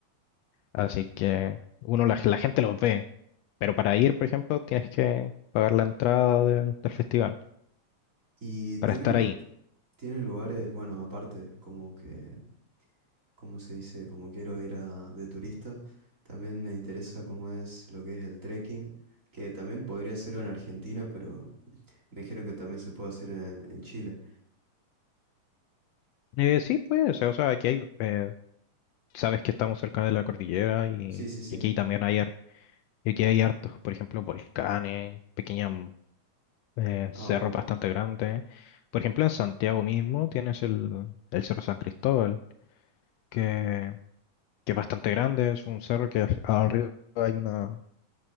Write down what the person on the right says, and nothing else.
Y tiene,
lu-
tiene lugares, bueno, aparte, como que, como se dice, como quiero ir a, de turista, también me interesa cómo es lo que es el trekking, que también podría hacerlo en Argentina, pero me dijeron que también se puede hacer en, en Chile.
Sí, sí, sí.
Ah,
wow.